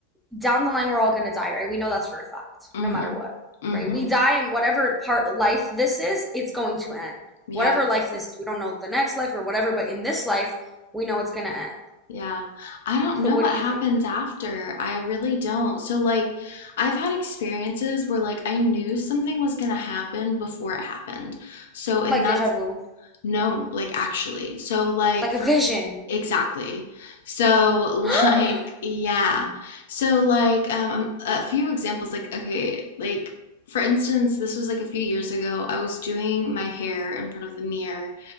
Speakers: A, in the centre; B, on the left.
A: down the line, we're all gonna die, right? We know that's for a fact,
B: Mm-hmm.
A: no matter what,
B: Mm-hmm.
A: right? We die, and whatever part of life this is, it's going to end.
B: Yeah.
A: Whatever life this is, we don't know the next life or whatever, but in this life, we know it's gonna end.
B: Yeah. I don't
A: So,
B: know
A: what
B: what
A: do you
B: happens
A: think?
B: after. I really don't. So like I've had experiences where like I knew something was gonna happen before it happened. So and
A: Like,
B: that's
A: deja vu,
B: no, like actually. So like
A: like a vision.
B: Exactly. So, <laughs>
A: <gasps>
B: like, yeah.
A: Wow.
B: So, like, um, um, a few examples, like, okay, like, for instance, this was like a few years ago. I was doing my hair in front of the mirror,